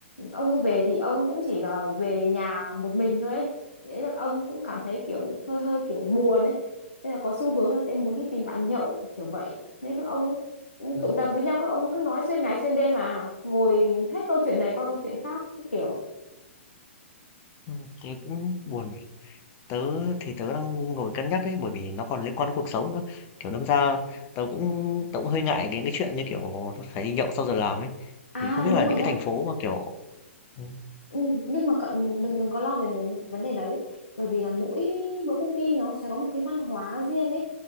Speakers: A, on the left (about 70°); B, on the left (about 30°).
A: ông ấy về thì ông cũng chỉ là về nhà một mình thôi ấy thế là ông cũng cảm thấy kiểu hơi hơi kiểu buồn ấy nên là có xu hướng là sẽ muốn đi tìm bạn nhậu kiểu vậy nên các ông ấy
B: ừm,
A: tụ tập với nhau các ông cứ nói xuyên ngày xuyên đêm mà ngồi hết câu chuyện này qua câu chuyện khác cứ kiểu
B: ừm, thế cũng buồn nhỉ? Tớ thì tớ đang ngồi cân nhắc đấy bởi vì nó còn liên quan đến cuộc sống nữa. Kiểu đâm ra tớ cũng tớ cũng hơi ngại đến cái chuyện như kiểu phải đi nhậu sau giờ làm ấy.
A: à
B: Thì không biết
A: nhưng
B: là những
A: mà nhá
B: cái thành phố mà kiểu ừ,
A: Ừ, nhưng mà cậu đừng đừng có lo về vấn vấn đề đấy bởi vì là mỗi mỗi công ty nó sẽ có một cái văn hóa riêng ấy